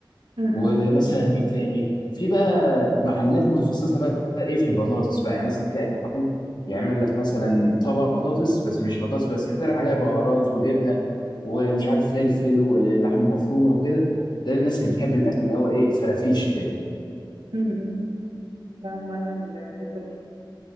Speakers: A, on the right; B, on the left.
A: مم. مم.
B: ومثلا إيه تاني في بقى محلات متخصصة بقى إيه في البطاطس بقى يعني مثلا تلاقي محل يعمل لك مثلا طبق بطاطس بس مش بطاطس بس يحط لك عليها بهارات وجبنة ومش عارف فلفل ولحم مفرومة وكده ده الناس اللي بتحب الأكل اللي هو إيه الفرافيش كده
A: مم. فاهمة انا الحتة دي